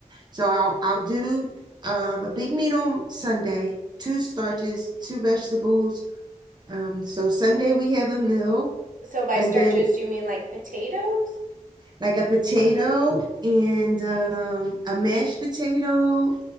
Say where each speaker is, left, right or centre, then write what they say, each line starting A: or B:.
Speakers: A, on the right; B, on the right.
A: So I'll I'll do um, a big meal on Sunday, two starches, two vegetables. Um, so Sunday we have a meal,
B: So by
A: and
B: starches
A: then
B: do you mean like potatoes?
A: like a potato and um, a mashed potato